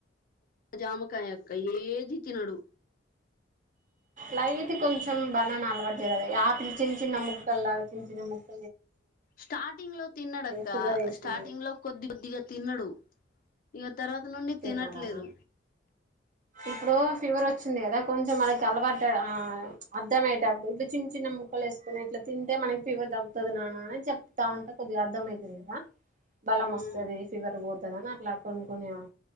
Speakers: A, on the left; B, on the right.
A: జామకాయ అక్క ఏది తినడు
B: లైతే కొంచెం బానాం అలవాడిదిరద ఆపి చిన్న చిన్న ముక్కల్లా చిన్న చిన్న ముక్క
A: స్టార్టింగ్ లో తిన్నడ అక్క
B: షుగర్ వేసి
A: స్టార్టింగ్ లో కొద్ది కొద్దిగా తినడు ఇక తర్వాత నుండి
B: తిన్నాడా
A: తినట్లేదు
B: ఇప్పుడు ఫీవర్ వచ్చింది కదా కొంచెం మనకి అలవాటు అర్థమయ్యేటప్పుడు ఇప్పుడు చిన్న చిన్న ముక్కలు వేసుకుొని ఇట్లా తింటే మనకి ఫీవర్ తగ్గుతుంది నానా అని చెప్తా ఉంటా కొద్దిగా అర్థమయతది కదా బలం
A: అవును
B: వస్తది ఫీవర్ పోతదిని అట్లా కొనుకునేవా